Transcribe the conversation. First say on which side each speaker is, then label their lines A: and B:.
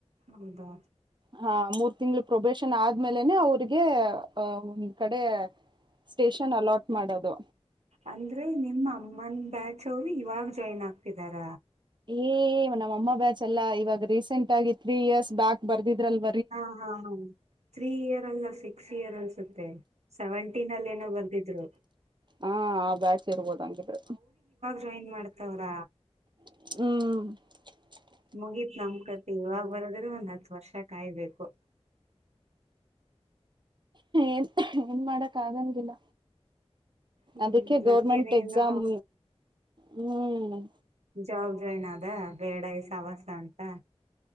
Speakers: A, on the right; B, on the right.
A: ಹೌದಾ,
B: ಹಾ ಮೂರ್ ತಿಂಗಳ್ ಪ್ರೊಬೇಶನ್ ಆದ್ಮೇಲೆನೆ, ಅವ್ರಿಗೆ ಅ ಒಂದ್ ಕಡೆ, ಸ್ಟೇಷನ್ ಅಲೌಟ್ ಮಾಡೋದು.
A: ಅಂದ್ರೆ ನಿಮ್ಮ ಅಮ್ಮನ್ ಬ್ಯಾಚ್ ಅವ್ರು ಇವಾಗ ಜಾಯಿನ್ ಆಗ್ತಿದಾರ.
B: ಏ ನಮ್ಮ್ ಅಮ್ಮ ಬ್ಯಾಚ್ ಅಲ್ಲ ಇವಾಗ ರೀಸೆಂಟ್ ಆಗಿ ತ್ರೀ ಇಯರ್ಸ್ ಬ್ಯಾಕ್ ಬರ್ದಿದ್ರಲ್ವ್.
A: ಹಾ, ಹಾ, ಹಾ ತ್ರೀ ಇಯರ್ ಅಲ್ಲ ಸಿಕ್ಸ್ ಇಯರ್ ಅನ್ಸುತ್ತೆ ಸೆವೆಂಟೀನ್ ಅಲ್ಲಿ ಏನೋ ಬರ್ದಿದ್ರು.
B: ಹಾ ಆ ಬ್ಯಾಚ್ ಇರ್ಬೋದ ಹಂಗಿದ್ರೆ.
A: ಜಾಯಿನ್ ಮಾಡ್ತಾವ್ರಾ,
B: ಹ್ಮ.
A: ಮುಗೀತ್ ನಮ ಕತೆ ಇವಾಗ್ ಬರದ್ರೆ ಒಂದ್ ಹತ್ತ ವರ್ಷ ಕಾಯ್ಬೇಕು.
B: ಏನ್ ಏನ್ ಮಾಡಕ್ ಆಗಂಗಿಲ್ಲ.
A: ಹ್ಮ್
B: ಅದಕ್ಕೆ ಗೌರ್ಮೆಂಟ್
A: ಅದ್ಕನೆ
B: ಎಕ್ಸಾಮ್
A: ಏನಾ,
B: ಹ್ಮ್
A: ಜಾಬ್ ಜಾಯಿನ್ ಆದ ಬೇಡ ಈ ಸವಾಸ ಅಂತ.